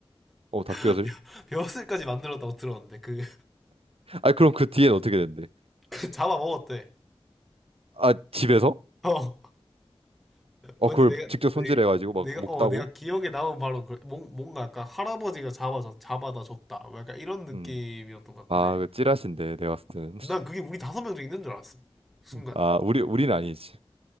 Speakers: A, on the right; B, in the centre.
A: 어 닭뼈질?
B: <laughs> 벼슬까지 만들었다고 들었는데 그,
A: 아 그럼 그 뒤엔 어떻게 된대?
B: <laughs> 그 잡아먹었대.
A: 아 집에서?
B: 어.
A: 어
B: 근데
A: 그걸
B: 내가,
A: 직접 손질해가지고
B: 내, 내가,
A: 막 먹다고?
B: 어, 내가 기억에 남은 바로 그, 뭔- 뭔가 약간 할아버지가 잡아서, 잡아다 줬다. 뭐 약간 이런 느낌이었던
A: 음.
B: 것
A: 아,
B: 같은데.
A: 그 찌라신데 내가 봤을 때는.
B: 난 그게 우리 다섯 명 중에 있는 줄 알았어. 순간.
A: <laughs> 아, 우리 우리는 아니지.